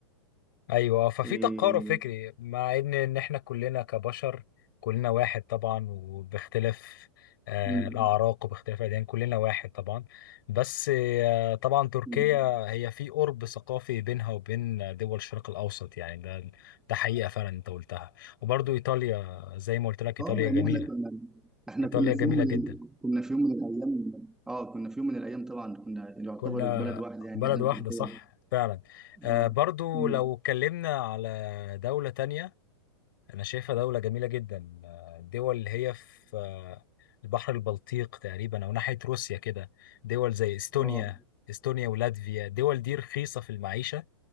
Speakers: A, on the left; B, in the centre.
A: ايوه ففي
B: إيه...
A: تقارب فكري مع ان ان احنا كلنا كبشر كلنا واحد طبعا وباختلاف آه،
B: مم.
A: الاعراق وباختلاف الاديان كلنا واحد طبعا بس آه، طبعا تركيا
B: مم.
A: هي في قرب ثقافي بينها وبين دول الشرق الاوسط يعني ده ده حقيقه فعلا انت قلتها وبرضو ايطاليا زي ما قلت لك ايطاليا
B: اه لان
A: جميله
B: احنا كنا احنا
A: ايطاليا
B: كنا في
A: جميله
B: يوم من
A: جدا
B: ال... كنا في يوم من الايام اه كنا في يوم من الايام طبعا كنا يعتبر
A: كنا
B: في بلد واحده يعني
A: بلد
B: احنا
A: واحده
B: وتركيا
A: صح فعلا آه،
B: اه
A: برضو
B: مم.
A: لو اتكلمنا على دوله تانية أنا شايفها دولة جميلة جدا آه، الدول اللي هي في آه، البحر البلطيق تقريبا أو ناحية روسيا كده دول زي إستونيا
B: اه
A: إستونيا ولاتفيا الدول دي رخيصة في المعيشة